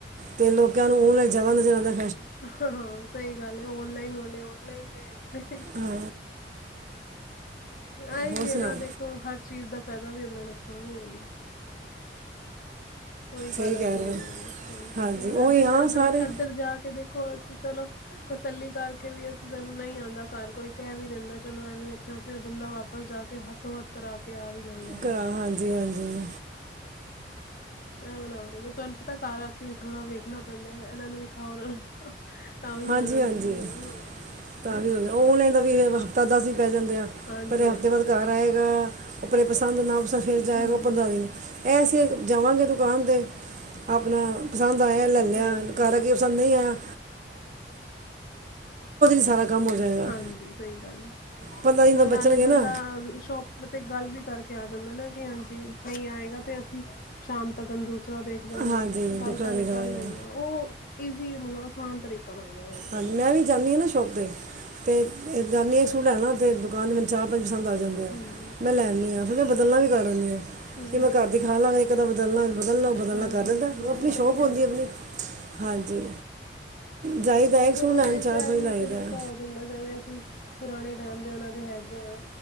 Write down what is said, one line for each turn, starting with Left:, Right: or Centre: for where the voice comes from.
Right: ਤੇ ਲੋਕਿਆ ਨੂੰ ਉਵੇ ਜਾਦਾ ਨਜ਼ਰ ਆਂਦਾ
Left: ਹਾਂ-ਹਾਂ, ਸਹੀ ਗੱਲ ਏ ਓਨਲਾਈਨ ਵਾਲੇ ਓਨਲਾਈਨ ਤੇ ਹੈਗੇ ਨੇ।
Right: ਹਾਂ
Left: ਐਈ
Right: ਹੋਰ
Left: ਏ
Right: ਸੁਣਾਓ
Left: ਨਾ, ਦੇਖੋ ਹਰ ਚੀਜ਼ ਦਾ ਫਾਇਦਾ ਵੀ ਹੁੰਦਾ, ਨੁਕਸਾਨ ਵੀ ਹੁੰਦਾ। ਓਹੀ ਗੱਲ
Right: ਸਹੀ ਕਹਿ
Left: ਆ ਜਾਂਦੀ
Right: ਰਹੇ ਹੋ
Left: ਹੈ ਨਾ,
Right: ਹਾਂਜੀ ਉਹੀ
Left: ਇਧ
Right: ਹਾਂ ਸਾਰੇ
Left: ਇਧਰ ਜਾ ਕੇ ਦੇਖੋ, ਅ ਚਲੋ ਤਸੱਲੀ ਕਰਕੇ ਵੀ ਅਸੀਂ, ਸਾਨੂੰ ਨਈ ਆਉਂਦਾ ਕਾਰ ਕੋਈ ਕਹ ਵੀ ਦਿੰਦਾ ਚਲੋ ਇਹ ਨੀ ਅੱਛਾਸ਼ਫੇਰ ਬੰਦਾ ਵਾਪਸ ਜਾ ਕੇ ਹ ਤੋ, ਹਾਤ ਕਰਾ ਕੇ ਆ ਵੀ ਜਾਂਦਾ ਹੈ
Right: ਕਰਾ, ਹਾਂਜੀ-ਹਾਂਜੀ।
Left: ਐ ਵਾਲਾ ਹੋ ਜਾਂਦਾ, ਤੁਹਾਨੂੰ ਪਤਾ ਕਾਰ ਆ ਕੇ ਵੀ ਥੋੜਾ ਵੇਖਣਾ ਪੈਂਦਾ ਏਨਾਂ ਨੂੰ ਵੀ ਖੂਆਰ ਤਾਂ ਵੀ
Right: ਹਾਂਜੀ
Left: ਹੋ ਜਾਂਦਾ
Right: ਹਾਂਜੀ
Left: <unintelligible>
Right: ਤਾਂ ਵੀ ਹੋ, ਔਨਲਾਈਨ ਦਾ ਵੀ ਹਫ਼ਤਾ ਦਸ ਦਿਨ ਪੈ ਜਾਂਦੇ ਆ,
Left: ਹਾਂਜੀ
Right: ਪੈਲੇ ਹਫ਼ਤੇ
Left: ਹਾਂਜੀ
Right: ਬਾਦ ਘਰ ਆਏਗਾ। ਕਪਡੇ ਪਸੰਦ ਨਾ ਪਸੰਦ ਫੇਰ
Left: ਹਮ
Right: ਜਾਏਗਾ ਉਹ ਪੰਦਰਾਂ ਦਿਨ, ਏ ਅਸੀਂ ਜਾਵਾਂਗੇ ਦੁਕਾਨ 'ਤੇ ਆਪਨਾ ਪਸੰਦ ਆਇਆ ਲਲਿਆ,
Left: ਹਾਂਜੀ
Right: ਕਾਰ ਆਕੇ ਪਸੰਦ ਨਈ ਆਯਾ ਸਾਰਾ ਕੰਮ ਹੋ ਜਾਏਗਾ
Left: ਹਾਂਜੀ, ਸਈ ਗੱਲ ਏ।
Right: ਪੰਦਰਾਂ ਦਿਨ
Left: ਉਹ
Right: ਤਾਂ ਬਚਣਗੇ
Left: ਨਾਲੇ
Right: ਨਾ
Left: ਬੰਦਾ ਸ਼ੋਪ ਤੇ ਗੱਲ ਵੀ ਕਰਕੇ ਆ ਜਾਂਦਾ ਨਾ, ਕਿ ਹਾਂਜੀ ਨਈ ਆਏਗਾ ਤੇ ਅਸੀਂ ਸ਼ਾਮ ਤਕਨ ਦੂਸਰਾ ਦੇਖ ਦਾਂਗੇ,
Right: ਹਾਂਜੀ
Left: ਗੱਲ
Right: ਦੁਕਾਨ
Left: ਪੈਲੇ
Right: ਦੇਖ ਲਾਂਗੇ
Left: ਕਰ ਲੈਨੇ ਹਾਂ, ਔ ਇਜ਼ੀ, ਮਤਲਬ ਆਸਾਨ ਤਰੀਕ ਕਾਲਾ ਹੋ ਗਯਾ ਇੱਕਦਮ।
Right: ਹਾਂਜੀ ਮੈਂ ਵੀ ਜਾਂਦੀ ਹਾਂ ਨਾ ਸ਼ੌਪ ਤੇ ਤੇ ਇਹ ਜਾਂਦੀ ਹਾਂ ਸੂਟ ਲੈਣਾ ਤੇ ਦੁਕਾਨ ਤੇ ਮੈਨੂੰ ਚਾਰ-ਪੰਜ ਪਸੰਦ ਆ ਜਾਂਦੇ ਆ,
Left: ਹਾਂਜੀ ਹਾਂਜੀ
Right: ਮੈਂ ਲੈਨ ਨੀ ਆ ਫੇਰ ਮੈਂ ਬਦਲਣਾ ਵੀ ਕਰ ਲੈਨੀ ਆ
Left: ਹੂੰ
Right: ਕਿ ਮੈਂ ਘਰ ਦੀ ਖਾ ਲਾ ਏਕ ਅਧਾ ਬਦਲਨਾ ਬਦਲ ਲੋ ਬਦਲਨਾ
Left: ਹਾਂਜੀ
Right: ਕਰ ਦਿੰਦਾ,
Left: ਹਾਂਜੀ ਇਹ
Right: ਆਪਣੀ ਸ਼ੌਪ
Left: ਸਹੀ
Right: ਹੋਂਦੀ ਅਪਨੀ ਹਾਂਜੀ। ਜਾਈਦਾ ਹੈ
Left: ਵੇਖੋ
Right: ਇੱਕ ਸੂਟ ਲੈਣ
Left: ਓਦੇ
Right: ਚਾਰ
Left: ਚ ਏ
Right: ਪੰਜ
Left: ਵੀ
Right: ਲਾਈਦਾ
Left: ਤਰੀਕਾ
Right: ਹੈ।
Left: ਹੋ ਜੰਮੇ ਦਾ ਵਿਆਹ ਸੀ ਪੁਰਾਣੇ ਟਾਈਮ ਦੇ ਉਹਨਾਂ ਦੇ ਹੈਗੇ ਐ